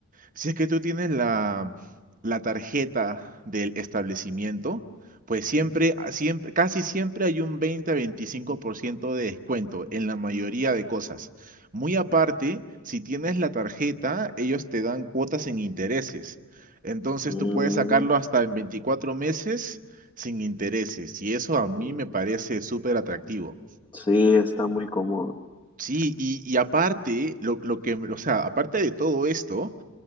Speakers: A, on the right (about 40°); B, on the left (about 20°).
A: si es que tú tienes la, la tarjeta del establecimiento, pues siempre, a- siempre, casi siempre hay un 20 a 25% de descuento en la mayoría de cosas. Muy aparte, si tienes la tarjeta, ellos te dan cuotas en intereses. Entonces
B: Mm,
A: tú puedes sacarlo hasta en 24 meses sin intereses. Y eso a mí
B: mm,
A: me parece súper atractivo.
B: sí, está muy cómodo.
A: Sí, y, y aparte, lo, lo que, o sea, aparte de todo esto,